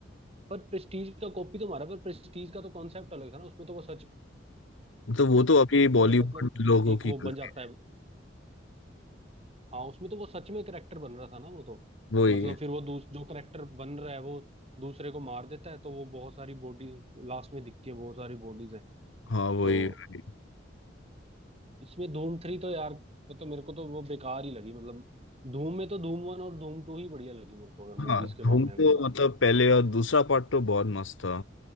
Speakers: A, on the right (about 30°); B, on the left (about 90°).
A: पर प्रेस्टीज का कॉपी तो मारा पर प्रेस्टीज का तो कॉन्सेप्ट अलग था ना उसमें तो वो सच
B: तो वो
A: में
B: तो अभी बॉलीवुड
A: मतलब
B: लोगों
A: एक
B: की
A: वो बन
B: गलती
A: जाता है हाँ उसमें तो वो सच में करेक्टर बन रहा था ना वो तो
B: वही
A: मतलब
B: है।
A: फिर वो दूस, जो करेक्टर बन रहा है वो दूसरे को मार देता है तो वो बहुत सारी बॉडीज लास्ट में दिखती है बहुत सारी बॉडीज हैं
B: हाँ वही
A: तो
B: है।
A: इसमें धूम थ्री तो यार मतलब मेरे को तो वो बेकार ही लगी मतलब धूम में तो धूम वन और धूम टू ही बढ़िया लगी मेरे को अगर मूवीज
B: हाँ
A: के
B: धूम
A: मामले
B: तो
A: में मान
B: मतलब पहले और दूसरा पार्ट तो बहुत मस्त था